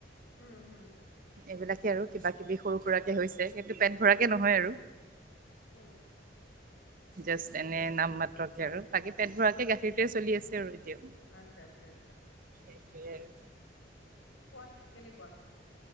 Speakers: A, on the left; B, on the right.
A: উম! হ'ম!
B: এইবিলাকে আৰু কিবা কিবি সৰু সুৰাকে হৈছে, কিন্তু পেট ভৰাকে নহয় আৰু
A: উম!
B: জাষ্ট এনে নাম মাত্ৰকে আৰু, বাকী পেট ভৰাকে
A: উম,
B: গাখীৰটোৱে চলি আছে আৰু এতিয়া।
A: আচ্ছা, আচ্ছা, আচ্ছা,
B: সেয়ে আৰু
A: খোৱাত কেনেকুৱা?